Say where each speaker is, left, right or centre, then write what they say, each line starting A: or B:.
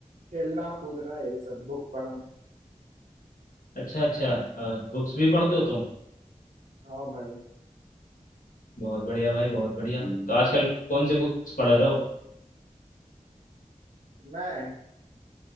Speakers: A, on the right; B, on the left.
A: खेलना कूदना यही सब बुक पढ़ना
B: अच्छा अच्छा बुक्स भी पढ़ते हो तुम
A: हाँ भाई
B: बहुत बढ़िया भाई बहुत बढ़िया हम्म। तो आजकल कौन सी बुक्स पढ़ रहे हो
A: मैं